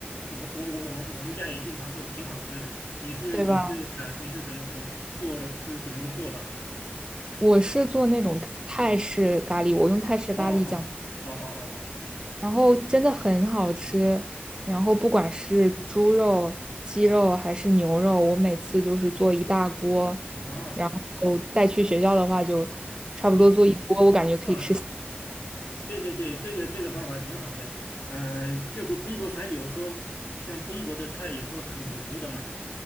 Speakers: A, on the left; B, on the right.
A: 我我我我我们家也经常做，挺好吃的。你是你是啊、
B: 对吧？
A: 呃你是怎么怎么做？是怎么个做法的？
B: 我是做那种泰式咖喱，我用泰式咖喱酱，
A: 哦哦哦哦哦
B: 然后真的很好吃。然后不管是猪肉、鸡肉还是牛肉，我每次就是做一大锅，
A: 哦哦，啊，
B: 然后带去学校的话，就差不多做一锅，
A: 你
B: 我感觉可以吃。
A: 啊，对对对，这个这个方法挺好的。嗯，就是工作餐有时候像中国的菜有时候很油的嘛，